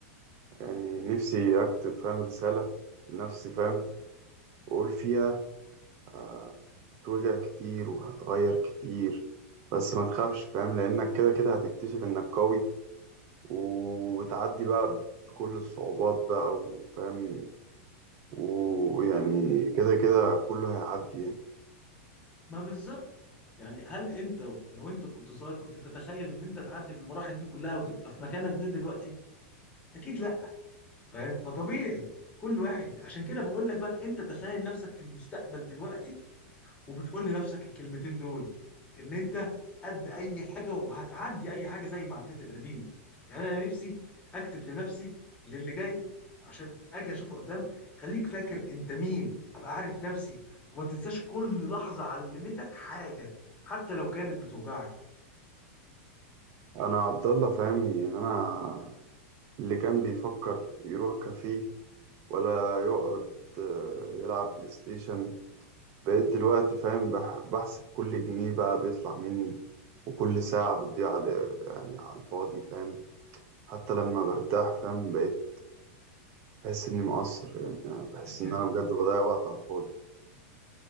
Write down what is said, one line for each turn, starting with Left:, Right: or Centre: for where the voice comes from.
Right: يعني نفسي أكتب فاهم رسالة لنفسي فاهم وأقول فيها آه، هتتوجع كتير وهتغير كتير بس ما تخافش فاهم لأنك كده كده هتكتشف إنك قوي وبتعدي بقى بكل الصعوبات بقى وفاهم ويعني كده كده كله هيعدي يعني
Left: ما بالظبط يعني هل انت لو انت كنت صغير كنت تتخيل ان انت تعدي بالمراحل دي كلها وتبقى في مكانك ده دلوقتي اكيد لا فاهم فطبيعي كل واحد عشان كده بقول لك بقى انت تخيل نفسك في المستقبل دلوقتي وبتقول لنفسك الكلمتين دول ان انت قد اي حاجه وهتعدي اي حاجه زي ما عديت القديم يعني انا نفسي اكتب لنفسي للي جاي عشان اجي اشوفه قدام خليك فاكر انت مين ابقى عارف نفسي وما تنساش كل لحظه علمتك حاجه حتى لو كانت بتوجعك
Right: أنا عبد الله فاهم يعني أنا اللي كان بيفكر يروح كافيه ولا يقعد آه، يلعب بلاي ستيشن بقيت دلوقتي فاهم بح- بحسب كل جنيه بقى بيطلع مني وكل ساعة بتضيع على يعني على الفاضي فاهم حتى لما برتاح فاهم بقيت بحس إني مقصر يعني بحس
Left: <laughs>
Right: إن أنا بجد بضيع وقت على الفاضي